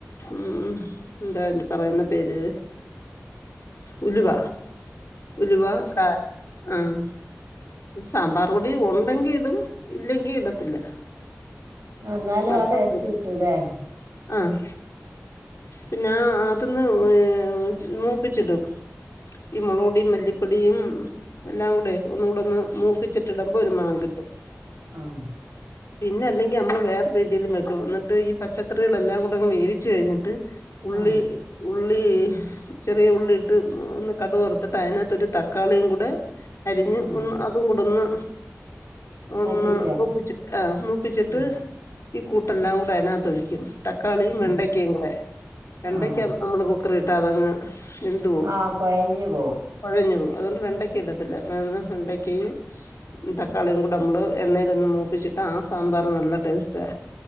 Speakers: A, on the left; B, on the right.
A: ഉം എന്താല് പറയുന്ന പേര് ഉലുവ ഉലുവ കാ ആഹ് സാമ്പാറ്പൊടി ഒണ്ടെങ്കി ഇടും ഇല്ലെങ്കി ഇടത്തില്ല
B: ആ ന്നാലും
A: നിർബന്ധമില്ല
B: ആ ടേസ്റ്റ് കിട്ടൂ ലെ
A: ആഹ് പിന്നാ അതൊന്ന് ഏ മൂപ്പിച്ചിടും. ഈ മൊളോടീം മല്ലിപ്പൊടിം എല്ലാം കൂടെ ഒന്നൂടെ ഒന്ന് മൂപ്പിച്ചിട്ട് ഇടുമ്പോ ഒരു മണം കിട്ടും
B: ആഹ്
A: പിന്നല്ലെങ്കി നമ്മള് വേർരീതീലും വെക്കും. ന്നിട്ട് ഈ പച്ചക്കറികളെല്ലാം കൂടങ് വേവിച്ച് കഴിഞ്ഞിട്ട് ഉള്ളി
B: ആ
A: ഉള്ളീഹ് ചെറിയ ഉള്ളിട്ട് ഒന്ന് കടു വർത്തിട്ട് അയ്നാത്തോട്ട് തക്കാളിയും കുടെ അരിഞ്ഞ്
B: ആ
A: ഒന്ന് അതും കൂടന്ന് ഒന്ന്
B: മൂപ്പിക്ക
A: മുപ്പിച്ച് ആഹ് മുപ്പിച്ചിട്ട്
B: ഉം
A: ഈ കൂട്ടെല്ലാം കൂടെ അയ്നാത്തൊഴിക്കും. തക്കാളിയും വെണ്ടയ്ക്കയും
B: ഉം
A: കൂടെ വെണ്ടയ്ക്ക
B: ഉം
A: നമ്മള് കുക്കറിട്ടാ അതങ്ങ് വെന്തോവും.
B: ആ കൊഴഞ്ഞു പോവും
A: കൊഴഞ്ഞോവും അതോണ്ട് വെണ്ടക്ക ഇടത്തില്ല <unintelligible> വെണ്ടക്കയും തക്കാളിയും കൂടെ നമ്മള് എണ്ണയിലൊന്ന് മൂപ്പിച്ചിട്ടാ ആ സാമ്പാറ് നല്ല ടേസ്റ്റ സ്റ്റാ.